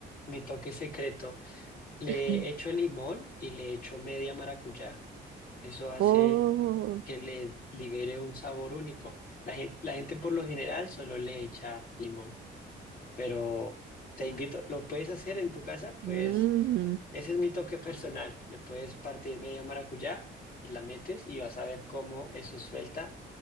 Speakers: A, on the left (about 50°); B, on the right (about 70°).
A: mi toque secreto. Le
B: <laughs>
A: echo limón y le echo media maracuyá. Eso hace
B: Oh,
A: que le libere un sabor único. La gente, la gente por lo general solo le echa limón, pero te invito, lo puedes hacer en tu casa, pues
B: mm.
A: ese es mi toque personal. Le puedes partir media maracuyá y la metes y vas a ver cómo eso suelta.